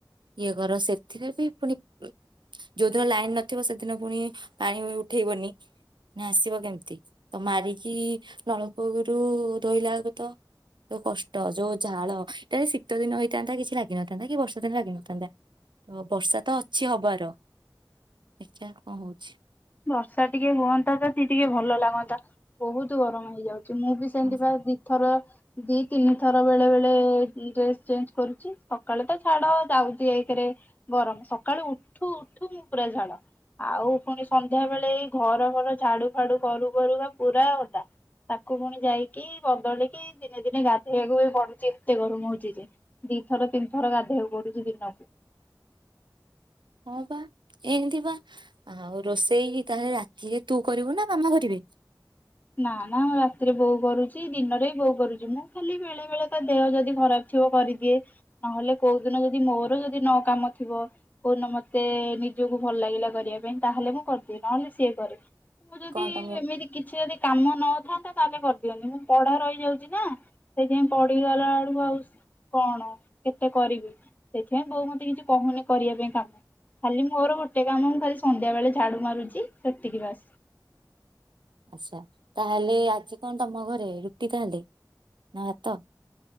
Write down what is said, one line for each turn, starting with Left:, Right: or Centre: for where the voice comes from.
Right: ଇଏ କର ସେଥିରେ ବି ପୁଣି ଯୋଉଦିନ ଲାଇନ ନଥିବ ସେଦିନ ପୁଣି ପାଣି ଉଠେଇବନି ନା ଆସିବ କେମିତି ତ ମାରିକି ନଳକୂଅରୁ ଧୋଇଲା ବେଳକୁ ତ ଯୋଉ କଷ୍ଟ ଯୋଉ ଝାଳ ଏ ଶୀତ ଦିନ ହେଇଥାନ୍ତା କିଛି ଲାଗି ଲାଗିନଥାନ୍ତା କି ବର୍ଷା ଦିନ ଲାଗିିନଥାନ୍ତା ତ ବର୍ଷା ତ ଅଛି ହବାର ଦେଖିଆ କଣ ହଉଛି?
Left: ବର୍ଷା ଟିକେ ହୁଅନ୍ତା ଯଦି ଟିକେ ଭଲ ଲାଗନ୍ତା। ବହୁତ ଗରମ ହେଇଯାଉଛି ମୁଁ ବି ସେମିତି
Right: ହଁ
Left: ବା ଦିଇଥର ଦି ତିନି ଥର ବେଳେ ବେଳେ ଡ୍ରେସ ଚେଞ୍ଜ କରୁଛି ସକାଳେ ତ ଛାଡ ଯାଉଛି ଏକରେ ଗରମ ସକାଳୁ ଉଠୁ ଉଠୁ ମୁଁ ପୁରା ଝାଳ ଆଉ ପୁଣି ସନ୍ଧ୍ୟା ବେଳେ ଏଇ ଘର ଘର ଝାଡୁ ଫାଡୁ କରୁ କରୁ ବା ପୁରା ଅଦା ତାକୁ ପୁଣି ଯାଇକି ବଦଳିକି ଦିନେ ଦିନେ ଗାଧେଇବାକୁ ବି ପଡୁଛି ଏତେ ଗରମ ହଉଛି ଯେ ଦିଥର ତିନି ଥର ଗାଧେଇବାକୁ ପଡୁଛି ଦିନକୁ।
Right: ହଁ ବା ଏ ଏମିତି ବା ଆଉ ରୋଷେଇ ତାହେଲେ ରାତି ରେ ତୁ କରିବୁ ନା ମାମା କରିବେ।
Left: ନା ନା ରାତିରେ ବୋଉ କରୁଛି ଦିନରେ ବି ବୋଉ କରୁଛି ମୁଁ ଖାଲି ବେଳେ ବେଳେ ତ ଦେହ ଯଦି ଖରାପ ଥିବ କରିଦିଏ ନହେଲେ କୋଉ ଦିନ ଯଦି ମୋର ଯଦି ନ କାମ ଥିବ କୋଉଦିନ ମତେ ନିଜକୁ ଭଲ ଲାଗିଲା କରିବା ପାଇଁ ତାହେଲେ ମୁଁ କରିଦିଏ ନହେଲେ ସିଏ କରେ। ମୁଁ ଯଦି
Right: କଣ ତମ
Left: ଏମିତି କିଛି ଯଦି କାମ ନଥାନ୍ତା ତାହେଲେ କରିଦିଅନ୍ତୁ ମୁଁ ପଢା ରହିଯାଉଛି ନା ସେଇଥିପାଇଁ ପଢିଗଲା ବେଳକୁ ଆଉ କଣ କେତେ କରିବି ସେଥିପାଇଁ ବୋଉ ମତେ କିଛି କହୁନି କରିବା ପାଇଁ କାମ ଖାଲି ମୋର ଗୋଟେ କାମ ମୁଁ ଖାଲି ସନ୍ଧ୍ୟା ବେଳେ ଝାଡୁ ମାରୁଛି ସେତିକି ବାସ।
Right: ଆଚ୍ଛା ତାହେଲେ ଆଜି କଣ ତମ ଘରେ ରୁଟି ତାହେଲେ ନା ଭାତ?